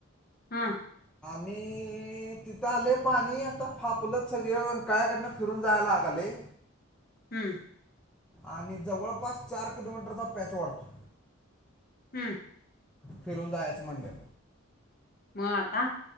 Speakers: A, on the left; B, in the centre.
A: हा
B: मी तिथं आले पाणी आता फापल सगळकाळ्याकडनं फिरून जायला लागले
A: हम्म
B: आणि जवळपास चार किलोमीटरचा पॅच वाढतो.
A: हम्म
B: फिरून जायचं म्हणलं,
A: म आता